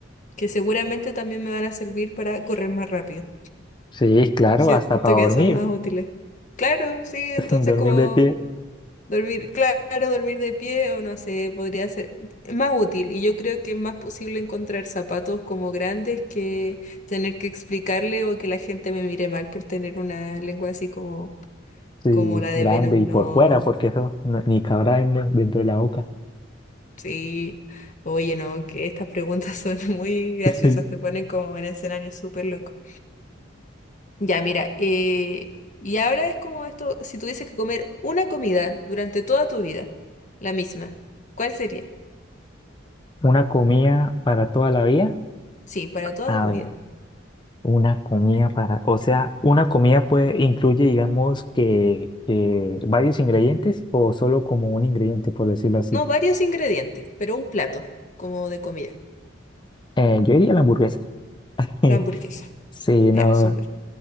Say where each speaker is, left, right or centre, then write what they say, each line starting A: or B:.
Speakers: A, on the left; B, on the left.
A: que seguramente también me van a servir para correr más rápido.
B: Sí, claro,
A: Siento
B: hasta para
A: que
B: dormir,
A: son más útiles. Claro, sí, entonces
B: <laughs> dormir
A: como...
B: de pie.
A: Dormir, claro, dormir de pie o no sé, podría ser más útil y yo creo que es más posible encontrar zapatos como grandes que tener que explicarle o que la gente me mire mal por tener una lengua así como,
B: Sí,
A: como la de
B: grande
A: Venom.
B: y por
A: No,
B: fuera, porque eso no- ni cabrá en- dentro de la boca.
A: sí, oye, no, que estas preguntas son <laughs> muy graciosas,
B: <laughs> Sí,
A: te ponen como en escenario súper loco. Ya, mira, eh, y ahora es como esto, si tuvieses que comer una comida durante toda tu vida, la misma, ¿cuál sería?
B: una comida para toda la vida.
A: Sí, para toda
B: A
A: tu
B: ver,
A: vida.
B: una comida para, o sea, una comida puede incluye, digamos, que, que varios ingredientes o solo como un ingrediente, por decirlo así.
A: No, varios ingredientes, pero un plato, como de comida.
B: Eh, yo diría la hamburguesa. <laughs>
A: La hamburguesa.
B: Sí,
A: Ya,
B: no,
A: súper.